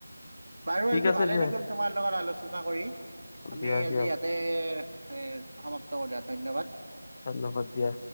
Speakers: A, on the right (about 65°); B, on the left (about 20°).
A: বাৰু
B: ঠিক
A: আজি
B: আছে
A: ভালেই
B: দিয়া
A: লাগিল তোমাৰ লগত আলোচনা কৰি। আমি
B: দিয়া
A: আজি
B: দিয়া
A: ইয়াতে এ সমাপ্ত কৰোঁ দিয়া ধন্যবাদ।
B: ধন্যবাদ দিয়া।